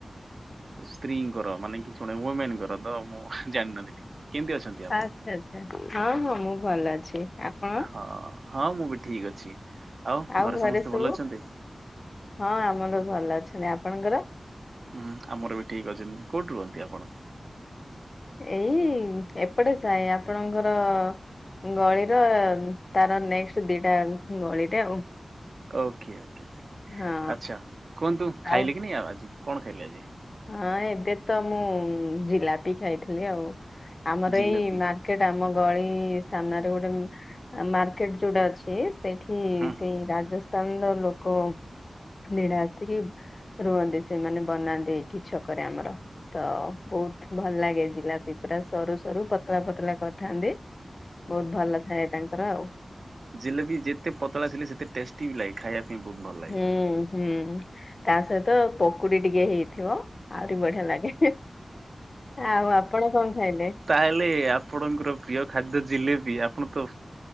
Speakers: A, on the right; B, on the left.
A: ସ୍ତ୍ରୀଙ୍କର ମାନେ କି ଜଣେ ଓମେନଙ୍କର ତ ମୁଁ ଜାଣିନଥିଲି କେମତି ଅଛନ୍ତି? ଆପଣ?
B: ଆଚ୍ଛା ଆଚ୍ଛା ହଁ ମୁଁ ମୁଁ ଭଲ ଅଛି। ଆପଣ
A: ହଁ ହଁ ମୁଁ ବି ଠିକ୍ ଅଛି।
B: ଆଉ ଘରେ
A: ସମସ୍ତେ
B: ସବୁ
A: ଭଲ ଅଛନ୍ତି?
B: ହଁ ଆମର ସବୁ ଭଲ ଅଛନ୍ତି ଆପଣଙ୍କର?
A: ହୁଁ ଆମର ବି ଠିକ୍ ଅଛନ୍ତି କୋଉଠି ରୁହନ୍ତି ଆପଣ?
B: ଏଇ ଏପଟେ ସାଏ ଆପଣଙ୍କର। ଗଳିର ତାର ନେକ୍ସଟ ଦିଟା ଗଳିରେ ଆଉ।
A: ଓକେ ଓକେ ଓକେ
B: ହଁ
A: ଆଚ୍ଛା କୁହନ୍ତୁ ଖାଇଲେକି
B: ଆଉ
A: ନାହିଁ ଆଉ ଆଜି କଣ ଖାଇଲେ ଆଜି?
B: ହଁ ଏବେ ତ ମୁଁ ଜିଲାପି ଖାଇଥିଲି ଆଉ ଆମର
A: ଜିଲାପି
B: ଏଇ ମା ର୍କେଟ ଆମ ଗଳି ସାମ୍ନାରେ ଗୋଟେ ଉଁ ଆ ମାର୍କେଟ ଯୋଉଟା ଅଛି। ଏ ସେଠି
A: ହୁଁ ହୁଁ
B: ସେଇ ରାଜ ସ୍ତାନର ଲୋକ ଦିଟା ଆସିକି ରୁହନ୍ତି ସେମାନେ ବନାନ୍ତି। କି ଛକରେ ଆମର। ତ ବହୁତ୍ ଭଲ ଲାଗେ ଜିଲାପି ପୁରା ସରୁ ସରୁ ପତଳା ପତଳା କରିଥାନ୍ତି। ବହୁତ ଭଲ ଥାଏ ତାଙ୍କର ଆଉ
A: ଜେଲେବି ଯେତେ ପତଳା ଥିଲେ ସେତେ ଟେଷ୍ଟି ବି ଲାଗେ ଖାଇବା ବହୁତ ଭଲ <unintelligible>
B: ହୁଁ ହୁଁ ତା ସହିତ ପକୁଡି ଟିକେ ହେଇଥିବ ଆହୁରି ବଢିଆ ଲାଗେ ଆଉ ଆପଣ କଣ ଖାଇଲେ?
A: ତାହେଲେ ଆପଣଙ୍କର ପ୍ରିୟ ଖାଦ୍ୟ ଜିଲେବି ଆପଣ ତ